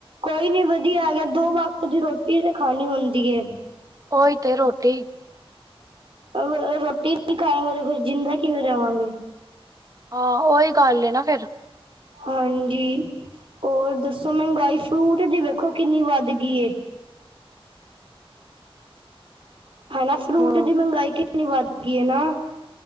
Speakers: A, on the right; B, on the right.
A: ਕੋਈ ਨੀ ਵਧੀਆ ਹੈਗਾ ਐ ਦੋ ਵਕਤ ਦੀ ਰੋਟੀ ਤੇ ਖਾਨੀ ਹੁੰਦੀ ਏ।
B: ਓਇ ਤੇ ਰੋਟੀ
A: ਅਗਰ ਰੋਟੀ ਨੀ ਖਾਵਾਗੇ ਤੇ ਫੇਰ ਜਿੰਦਾ ਕਿਵੇ ਰਵਾਂਗੇ?
B: ਹਾਂ ਓਇ ਗੱਲ ਏ ਨਾ ਫੇਰ।
A: ਹਾਂਜੀ। ਓਰ ਦੱਸੋ ਮੈਂਨਗਾਈ ਫਰੂਟ ਦੀ ਵੇਖੋ ਕਿੰਨੀ ਵੱਧ ਗੀ ਏ। ਹਨਾ ਫਰੂਟ
B: ਹਮ
A: ਦੀ ਮੈਂਗਾਈ ਕਿੰਨੀ ਵੱਧਗੀ ਐ ਨਾ।